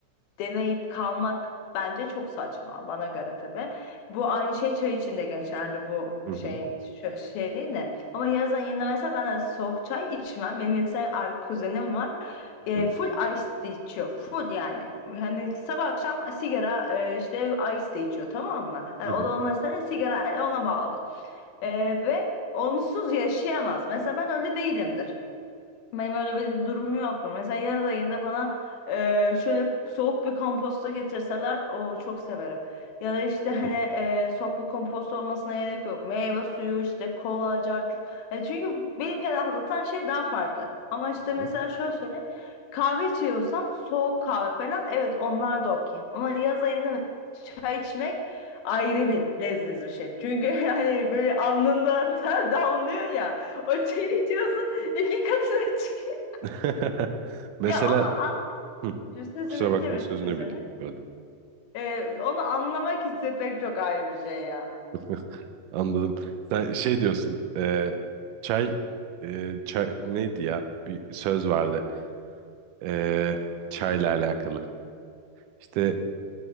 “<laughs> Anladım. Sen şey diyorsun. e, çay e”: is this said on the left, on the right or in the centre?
Right